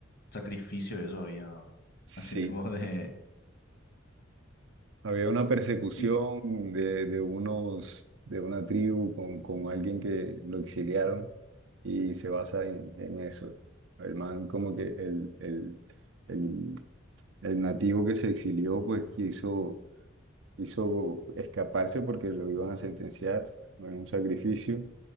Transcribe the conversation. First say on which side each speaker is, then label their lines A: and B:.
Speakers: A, on the left; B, on the right.
A: sacrificio, eso había,
B: Sí.
A: así tipo de...
B: Había una persecución
A: Sí.
B: de, de unos, de una tribu con, con alguien que lo exiliaron y se basa en, en eso. El man como que el, el, el, el nativo que se exilió pues quiso, quiso escaparse porque lo iban a sentenciar en un sacrificio